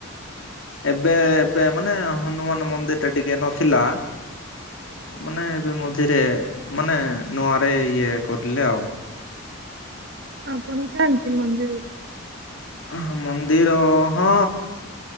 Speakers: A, on the left; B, on the right.
A: ଏବେ ଏବେ ମାନେ ହନୁମାନ ମନ୍ଦିର ଟା ଟିକେ ନଥିଲା। ମାନେ ଏବେ ମଝିରେ ମାନେ ନୂଆରେ ଇଏ କରିଲେ ଆଉ।
B: ଆପଣ ଯାଆନ୍ତି ମନ୍ଦିରକୁ?
A: ହଁ ମନ୍ଦିର ହଁ।